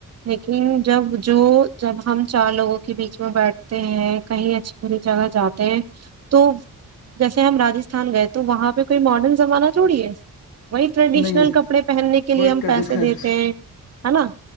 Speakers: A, on the right; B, on the left.
A: لیکن جب جو جب ہم چار لوگوں کے بیچ میں بیٹھتے ہیں کہیں اچھی بری جگہ جاتے ہیں تو جیسے ہم راجستھان گئے تو وہاں پہ کوئی ماڈرن زمانہ چوڑیے وہی ٹریڈیشنل
B: نہیں ہے
A: کپڑے پہننے کے لیے
B: ویٹ
A: ہم
B: کا
A: پیسے
B: ڈسٹینس
A: دیتے ہیں ہے نا